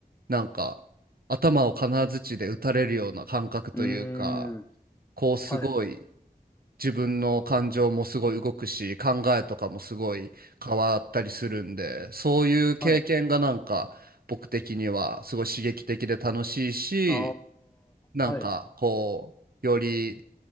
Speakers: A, on the right; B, on the left.
A: うなんか頭を金槌で打たれるような感覚というか
B: うーん。
A: こうすごい
B: はい。
A: 自分の感情もすごい動くし考えとかもすごい変わったりするんでそういう経験がなんか僕的にはすごい刺激的で楽しいし
B: はい。あ
A: なんかこうより
B: あ、はい。